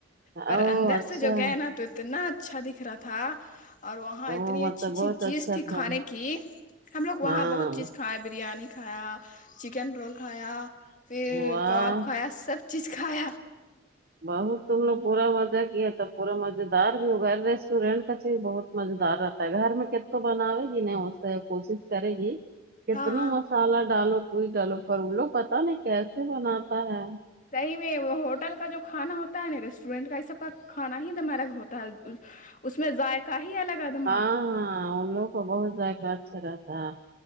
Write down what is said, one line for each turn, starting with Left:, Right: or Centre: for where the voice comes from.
Left: پر
Right: اوہ
Left: اندر
Right: اچھا
Left: سے جو گئے نا تو اتنا اچھا دکھ رہا تھا اور وہاں
Right: اوہ
Left: اتنی اچھی
Right: مطلب
Left: اچھی
Right: بہت
Left: چیز
Right: اچھا
Left: تھی
Right: تھا
Left: کھانے کی ہم لوگ وہاں
Right: ہاں
Left: بہت چیز کھایا بریانی کھایا چکن رول کھایا پھر
Right: واہ
Left: کباب کھایا سب چیز کائے
Right: بہت تم لوگ پورا مزہ کیاے تب پورا مزے دار بھی ہوگا ریسٹورینٹ کا چیز بہت مزے دار رہ گھر میں کت تو بناوے گی نہیں اس سے کوشش کرے گی کتنا
Left: ہاں ہاں
Right: مسالہ ڈالو کوئی ڈالو پر وہ لوگ پتا نہیں کیسے بناتا ہے
Left: کہیں بھی وہ ہوٹل کا جو کھانا ہوتا ہے ریسٹورنٹ کا اس وقت کھانا ہی دمارگ ہوتا ہے اس میں ذائق ہی لگا دو
Right: ہاں ہاں ان لوگوں کو بہت ذائقہ اچھا رہتا ہے